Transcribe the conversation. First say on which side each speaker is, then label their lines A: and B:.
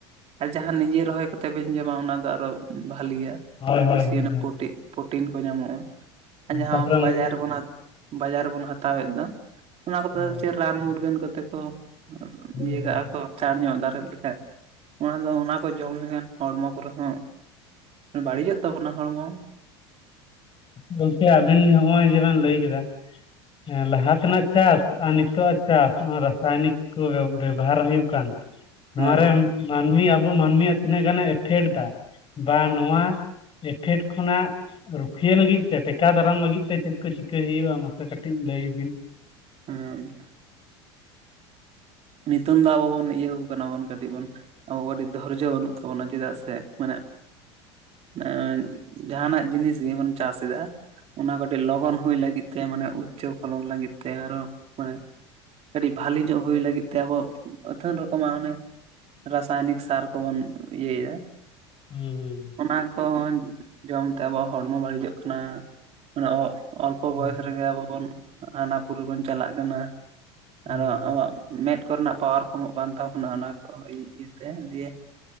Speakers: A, on the right (about 45°); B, on the left (about 35°).
A: ᱟᱨ ᱡᱟᱦᱟᱸ ᱱᱤᱡᱮ ᱨᱚᱦᱚᱭ ᱠᱟᱛᱮᱜ ᱵᱮᱱ ᱡᱚᱢᱟ ᱚᱱᱟ ᱫᱚ ᱟᱨᱚ ᱵᱷᱟᱞᱤᱭᱟ᱾
B: ᱦᱳᱭ ᱦᱳᱭ
A: ᱵᱤᱥᱤ
B: ᱦᱳᱭ
A: ᱚᱱᱟ ᱯᱨᱚᱴᱤᱱ ᱠᱚ ᱧᱟᱢᱚᱜ-ᱟ
B: ᱦᱳᱭ
A: ᱟᱨ ᱡᱟᱦᱟᱸ
B: ᱛᱟᱯᱚᱨᱮ ᱚᱱᱠᱟ
A: ᱵᱟᱡᱟᱨ ᱠᱷᱚᱱᱟᱜᱼᱼ ᱵᱟᱡᱟᱨ ᱨᱮᱵᱚᱱ ᱦᱟᱛᱟᱣᱮᱜ ᱫᱚ ᱚᱱᱟ ᱠᱩᱫᱚ
B: ᱦᱳᱭ
A: ᱪᱮᱫ ᱨᱟᱱ ᱢᱩᱨᱜᱟᱹᱱ ᱠᱚᱛᱮ ᱠᱚᱼᱼ ᱟᱨ
B: ᱦᱳᱭ
A: ᱤᱭᱟᱹ
B: ᱦᱳᱭ
A: ᱠᱟᱜ-ᱟ ᱠᱚ᱾ ᱪᱟᱬ ᱧᱚᱜ ᱫᱟᱨᱮᱜ ᱞᱮᱠᱟᱱ ᱚᱱᱟ ᱫᱚ ᱚᱱᱟ ᱠᱚ ᱡᱚᱢ ᱞᱮᱠᱷᱟᱱ ᱦᱚᱲᱢᱚ ᱠᱚᱨᱮ ᱦᱚᱸᱼᱼ ᱵᱟᱲᱤᱡᱚᱜ ᱛᱟᱵᱚᱱᱟ ᱦᱚᱲᱢᱚ᱾
B: ᱜᱚᱝᱠᱮ ᱟᱵᱤᱱ ᱡᱮ ᱦᱚᱸᱜ-ᱚᱸᱭ ᱡᱮ ᱵᱮᱱ ᱞᱟᱹᱭ ᱠᱮᱫᱟᱼᱼ ᱦᱮᱸ ᱞᱟᱦᱟ ᱛᱮᱱᱟᱜ ᱪᱟᱥ ᱟᱨ ᱱᱤᱛᱚᱜ ᱟᱜ ᱪᱟᱥ ᱚᱸ ᱨᱟᱥᱟᱭᱱᱤᱠᱼᱼ ᱠᱩ ᱵᱮᱵᱽ ᱵᱮᱵᱽᱦᱟᱨ ᱦᱩᱭᱩᱜ ᱠᱟᱱ ᱱᱚᱣᱟᱨᱮᱢᱼᱼ
A: ᱦᱮᱸ
B: ᱢᱟᱱᱢᱤ ᱟᱵᱚ ᱢᱟᱱᱢᱤ ᱭᱟᱜ ᱛᱤᱱᱟᱹᱜ ᱜᱟᱱᱮ ᱮᱯᱷᱮᱴ ᱫᱟ, ᱵᱟ ᱱᱚᱣᱟ, ᱮᱯᱷᱮᱰ ᱠᱷᱚᱱᱟᱜ ᱨᱩᱠᱷᱼᱼ ᱩᱠᱷᱤᱭᱟᱹ ᱞᱟᱹᱜᱤᱫ ᱛᱮ ᱴᱮᱠᱟᱣ ᱫᱟᱨᱟᱢ ᱞᱟᱹᱜᱤᱫ ᱛᱮ ᱪᱮᱫ ᱠᱚ ᱪᱤᱠᱟᱹᱭ ᱦᱩᱭᱩᱜ-ᱟ ᱢᱟᱥᱮ ᱠᱟᱹᱴᱤᱡ ᱞᱟᱹᱭ ᱵᱤᱱ?
A: ᱟᱢᱸᱟᱸᱜᱼᱼ ᱱᱤᱛᱚᱝ ᱫᱚ ᱟᱵᱚ ᱵᱚᱱ ᱤᱭᱟᱹᱣ ᱠᱟᱱᱟ ᱵᱚᱱ ᱠᱟᱹᱴᱤᱡ ᱵᱩᱱᱼᱼ ᱟᱵᱚ ᱟᱹᱰᱤ ᱫᱷᱚᱨᱡᱚ ᱵᱟᱹᱱᱩᱜ ᱛᱟᱵᱚᱱᱟ ᱪᱮᱫᱟᱜ ᱥᱮ ᱢᱟᱱᱮᱼᱼ ᱮᱸ ᱡᱟᱦᱟᱸᱱᱟᱜ ᱡᱤᱱᱤᱥ ᱜᱮᱵᱚᱱ ᱪᱟᱥ ᱮᱫᱟ ᱚᱱᱟ ᱠᱟᱹᱴᱤᱡ ᱞᱚᱜᱚᱱ ᱦᱩᱭ ᱞᱟᱹᱜᱤᱫ ᱛᱮ ᱢᱟᱱᱮ ᱩᱪᱪᱚ ᱯᱷᱚᱞᱚᱱ ᱞᱟᱹᱜᱤᱫ ᱛᱮ ᱟᱨᱚ ᱢᱟᱱᱮ ᱠᱟᱹᱴᱤᱡ ᱵᱷᱟᱞᱤ ᱧᱚᱜ ᱦᱩᱭ ᱞᱟᱹᱜᱤᱫᱼᱼ ᱛᱮ ᱟᱵᱚ ᱟᱹᱛᱷᱟᱹᱱ ᱨᱚᱠᱚᱢᱟᱜ ᱚᱱᱮ ᱨᱟᱥᱟᱭᱱᱤᱠ ᱥᱟᱨ ᱠᱚᱵᱚᱱ ᱤᱭᱟᱹᱭ ᱭᱟᱼᱼ
B: ᱦᱩᱸ ᱦᱩᱸ ᱦᱩᱸ᱾
A: ᱚᱱᱟ ᱠᱚᱦᱚᱸ ᱡᱚᱢ ᱛᱮ ᱟᱵᱚᱣᱟᱜ ᱦᱚᱲᱢᱚ ᱵᱟᱲᱤᱡᱚᱜ ᱠᱟᱱᱟ᱾ ᱢᱟᱱᱮ ᱚᱞᱯᱚ
B: ᱦᱩᱸ
A: ᱵᱚᱭᱚᱥ ᱨᱮᱜᱮ ᱟᱵᱚ ᱵᱚᱱ ᱦᱟᱱᱟᱯᱩᱨᱤ ᱵᱚᱱ ᱪᱟᱞᱟᱜ ᱠᱟᱱᱟ᱾
B: ᱦᱩᱸ
A: ᱟᱨᱚ ᱟᱵᱚᱣᱟᱜ ᱢᱮᱸᱫ ᱠᱚᱨᱮ ᱱᱟᱜ ᱯᱟᱣᱟᱨ ᱠᱚᱢᱚᱜ ᱠᱟᱱ ᱛᱟᱵᱚᱱᱟ ᱚᱱᱟ ᱠᱚ ᱤᱭᱟᱹ ᱤᱭᱟᱹ ᱛᱮ ᱡᱮ ᱼᱼ